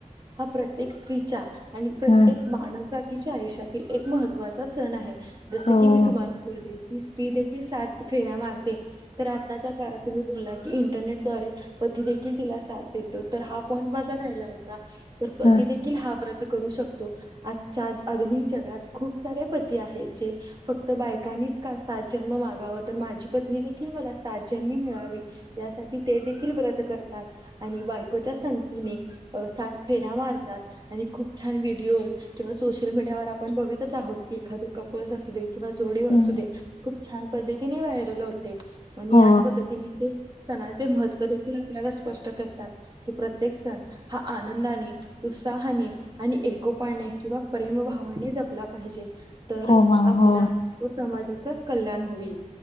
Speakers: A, on the right; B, on the left.
A: हा प्रत्येक स्त्रीचा, आणि प्रत्येक
B: हं,
A: मानव जाती च्या आयुष्यातील एक महत्त्वाचा सण आहे, जस
B: हो.
A: की मी तुम्हाला बोलले की स्त्री देखील सात फेऱ्या मारते. तर आत्ताच्या काळात तुम्ही बोलला की, इंटरनेट द्वारे पती देखील तिला साथ देतो, तर हा पॉईंट माझा राहिला होता, तर
B: हं,
A: ती देखील हा व्रत करू शकतो, आजच्या आधुनिक जगात खूप सारे पती आहे, जे फक्त बाय काणीच का सात जन्म मागाव, तर माझी पत्नी देखील मला सात जन्मी मिळावी, यासाठी ते देखील व्रत करतात, आणि बायकोच्या संगतीने, सात फेऱ्या मारतात, आणि खूप छान व्हिडीओज किंवा सोशल मीडियावर आपण बघतच आहोत की, एखादी कपल्स असू दे, किंवा जोडी
B: हं,
A: असू दे, खूप छान पद्धतीने वायरले होते, आणि
B: हो,
A: याच पद्धतीने ते सणाचे महत्त्व देखील आपल्याला स्पष्ट करतात, कि प्रत्येक सण हा आनंदाने उत्साहाने आणि एकोपाने किंवा प्रेमभावाने जपला पाहिजे. तरच
B: हो मॅम
A: आपला
B: हो.
A: व समाजाचा कल्याण होईल.